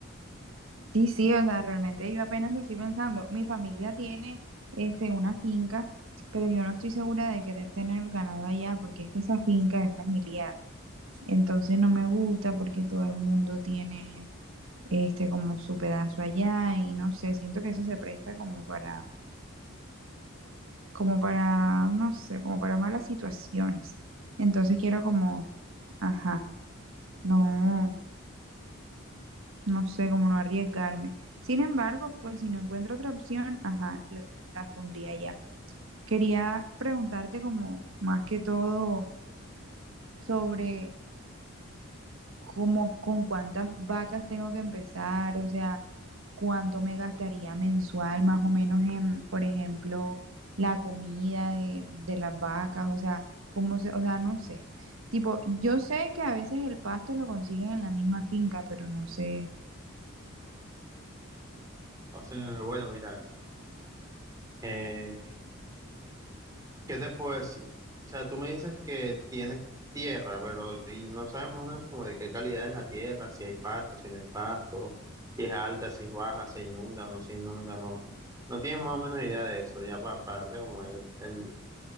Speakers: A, on the right; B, on the right.
A: Sí, sí, o sea, realmente yo apenas lo estoy pensando. Mi familia tiene este una finca, pero yo no estoy segura de querer tener el ganado allá porque es que esa finca es familiar. Entonces no me gusta porque todo el mundo tiene este como su pedazo allá y no sé, siento que eso se presta como para como para no sé, como para malas situaciones. Entonces quiero como, ajá, no. No sé cómo no arriesgarme. Sin embargo, pues si no encuentro otra opción, ajá, la- las pondría ya. Quería preguntarte como más que todo sobre cómo con cuántas vacas tengo que empezar, o sea, cuánto me gastaría mensual más o menos en, por ejemplo, la comida de, de las vacas, o sea, cómo se, o sea, no sé. Tipo, yo sé que a veces el pasto lo consiguen en la misma finca, pero no sé
B: O sea, bueno, mira. Eh, ¿qué te puedo decir? O sea, tú me dices que tienes tierra, pero y no sabes más o menos como de qué calidad es la tierra, si hay pasto, si no hay pasto, si es alta, si es baja, se inunda o no se inunda, no. No tienes más o menos idea de eso, ya para darte como el, el-